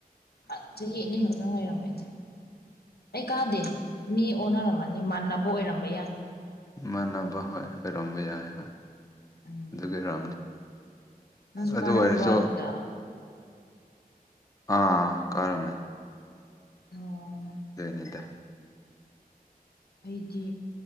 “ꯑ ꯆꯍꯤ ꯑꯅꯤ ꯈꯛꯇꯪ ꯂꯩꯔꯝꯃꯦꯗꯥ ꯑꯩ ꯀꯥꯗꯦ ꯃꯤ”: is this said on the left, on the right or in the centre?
Left